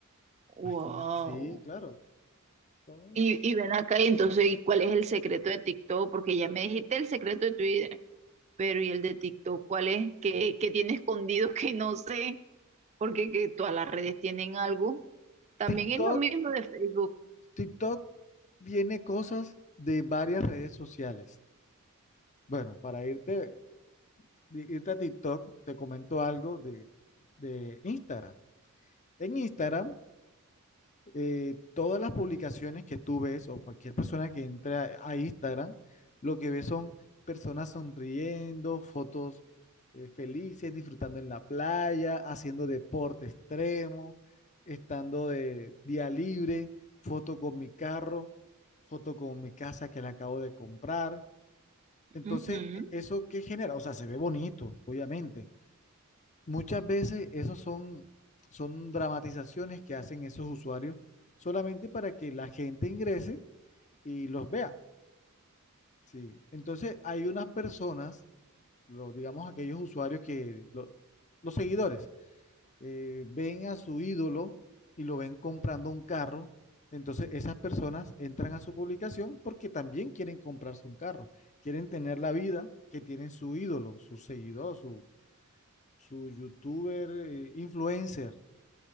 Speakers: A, on the right (about 30°); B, on the left (about 35°).
A: Wow.
B: Imagina. Sí, claro. Son
A: Y, y ven acá y entonces, ¿y cuál es el secreto de TikTok? Porque ya me dijiste el secreto de Twitter, pero ¿y el de TikTok cuál es? ¿Qué, qué tiene escondido <laughs> que no sé? Porque que todas las redes tienen algo. También
B: TikTok
A: es lo mismo de Facebook.
B: TikTok tiene cosas de varias redes sociales. Bueno, para irte, irte a TikTok, te comento algo de, de Instagram. En Instagram eh, todas las publicaciones que tú ves o cualquier persona que entra a a Instagram, lo que ve son personas sonriendo, fotos eh, felices, disfrutando en la playa, haciendo deporte extremo, estando de día libre, foto con mi carro, foto con mi casa que la acabo de comprar. Entonces,
A: Ujú.
B: ¿eso qué genera? O sea, se ve bonito, obviamente, Muchas veces esos son, son dramatizaciones que hacen esos usuarios solamente para que la gente ingrese y los vea. Sí. Entonces hay unas personas, lo, digamos aquellos usuarios que, lo- los seguidores, eh, ven a su ídolo y lo ven comprando un carro. Entonces esas personas entran a su publicación porque también quieren comprarse un carro, quieren tener la vida que tienen su ídolo, su seguidor, su, su youtuber, eh, influencer.